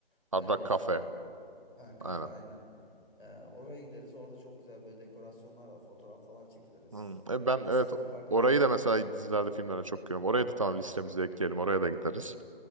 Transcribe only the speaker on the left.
Öyle
işte
o ha, kafe
aynen. E, oraya gideriz. Orada çok güzel böyle dekorasyonlar var. Fotoğraf falan çekiliriz.
Bir de
Central Park'ta
da fotoğraf
çekilirim.